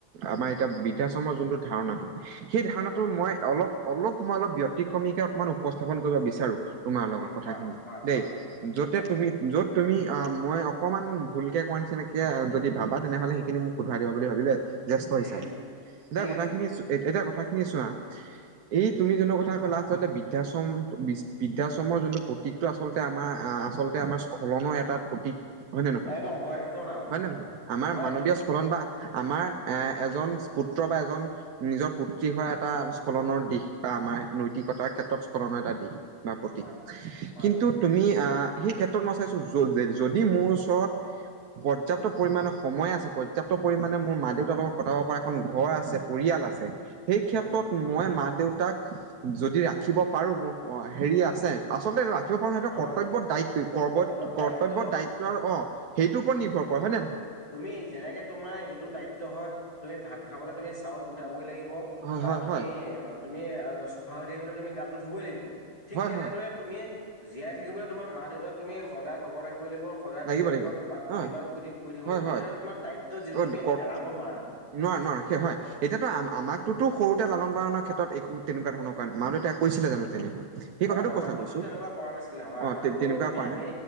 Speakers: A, on the right; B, on the left.
A: আমাৰ এতিয়া বৃদ্ধাশ্ৰমৰ যোনটো ধাৰণাটো সেই ধাৰণাটো
B: উম
A: মই অলপ অলপ মই অলপ ব্যতিক্ৰমীকে অকমান উপস্থাপন কৰিব বিচাৰো তোমাৰ লগত
B: উম
A: কথাখিনি
B: কোৱা কোৱা
A: দেই
B: কোৱা কোৱা
A: য'তে
B: কোৱা
A: তুমি য'ত তুমি অ মই অকণমান ভুলকে কোৱা নিচিনাকে যদি ভাবা তেনেহলে সেইখিনি মোক সোধৰাই দিব বুলি ভাবিলোঁ জ্যেষ্ঠ
B: ঠিক
A: হিচাপে
B: আছে ঠিক আছে ঠিক
A: এতিয়া কথা
B: আছে
A: খিনি
B: ঠিক আছে
A: এ কথা খিনি চোৱা এই তুমি যোনটো কথা ক'লা আচলতে বৃদ্ধাশ্ৰম বৃদ্ধাশ্ৰমৰ যোনটো প্ৰতীকটো আচলতে আমাৰ আচলতে আমাৰ স্খলনৰ এটা প্ৰতীক হয় নে নহয়
B: একদম হয় একদম না কথা হয়
A: নে নহয় আমাৰ
B: হয়
A: মানৱীয়
B: একদম
A: স্খলন বা আমাৰ এ এজন পুত্ৰ বা এজন নিজৰ পুত্ৰী হোৱা এটা স্খলনৰ দিশ বা আমাৰ নৈতিকতাৰ ক্ষেত্ৰত স্খলনৰ এটা দিশ বা প্ৰতীক
B: হয় হয়
A: কিন্তু তুমি আ সেই ক্ষেত্ৰত মই চাইছো যদি মোৰ ওচৰত পৰ্যাপ্ত পৰিমাণে সময় আছে পৰ্যাপ্ত পৰিমাণে মোৰ মা দেউতাৰ লগত কটাব পৰা এখন ঘৰ আছে পৰিয়াল আছে। সেই ক্ষেত্ৰত
B: উম
A: মই মাক দেউতাক যদি ৰাখিব পাৰো মোৰ হেৰি আছে আচলতে খিব পাৰো ন সেইটো
B: সামৰ্থ্য
A: কৰ্তব্য দায়িত্ব
B: এইটো দায়িত্ব
A: কৰ্তব্য দায়িত্বৰ অ সেইটোৰ ওপৰত নিৰ্ভৰ কৰে হয় নে নয়
B: তুমি যেনেকে তোমাৰ এইটো দায়িত্ব হয় তুমি ভাত খাবলে তুমি চাউল গোটাবই লাগিব
A: হয়
B: বা
A: হয়
B: তুমি
A: হয়
B: তুমি চফা হৈ থাকিবলৈ তুমি গাটো ধুবই লাগিব ঠিক
A: হয়
B: তেনেদৰে
A: হয়
B: তুমি জীয়াই থাকিবলৈ তোমাৰ মা দেউতাক তুমি সদায় লগত ৰাখি লাগিব সদায়
A: লাগিব
B: তেখেতলোকক
A: লাগিব
B: প্ৰতিপাল
A: অ
B: কৰি কৰি থাকিব
A: হয়
B: লাগিব সেইটো
A: হয়
B: আমাৰ দায়িত্ব যিটো
A: অ'
B: তুমি
A: কৰ-
B: এৰাব নোৱাৰা
A: নোৱাৰে নোৱাৰে সেই হয় এতিয়াতো আমক আমাকতো সৰুতে লালন পালনৰ ক্ষেত্ৰত একো তেনেকুৱা ধৰণৰ কৰা নাই মা দেউতাই কৈছিলে জানো তেনেকুৱা। সেই
B: হয়
A: কথাটো
B: আমাকতো
A: কথা কৈছো
B: তেনেকুৱা কৰা নাছিলে হয়
A: অ
B: আমাকতো
A: তে তেনেকুৱা
B: তুমি
A: কোৱা
B: আমি
A: নাই